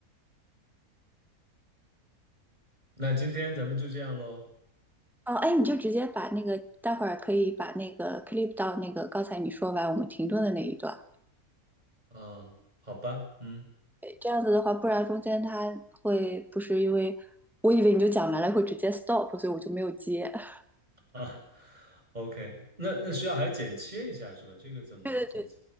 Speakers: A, on the right; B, in the centre.
A: 那今天咱们就这样喽。
B: 哦，哎，你就直接把那个，待会儿可以把那个 clip 到那个刚才你说完我们停顿的那一段。
A: 啊，好吧，嗯
B: 诶这样子的话，不然中间它会不是因为，我以为你就讲完了会直接 stop，所以我就没有接。<laughs>
A: 啊，OK，那那需要还剪切一下是吧？这个怎么怎么？
B: 对对对。